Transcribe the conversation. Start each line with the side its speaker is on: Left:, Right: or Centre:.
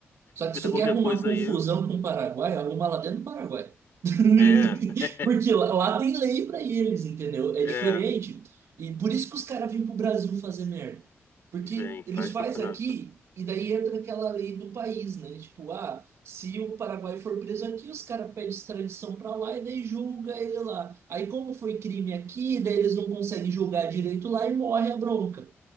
Right: Só
Left: Evita
Right: que se tu
Left: qualquer
Right: quer arrumar
Left: coisa
Right: confusão
Left: aí.
Right: com o Paraguai, arruma lá dentro do Paraguai. <laughs>
Left: É,
Right: Porque lá, lá tem lei para eles, entendeu? É
Left: é.
Right: diferente. E por isso que os caras vêm pro Brasil fazer merda. Porque
Left: Vem,
Right: eles
Left: faz
Right: fazem
Left: pra caraca.
Right: aqui e daí entra aquela lei do país, né? Tipo, ah, se o Paraguai for preso aqui, os caras pedem extradição para lá e daí julga ele lá. Aí como foi crime aqui, daí eles não conseguem julgar direito lá e morre a bronca.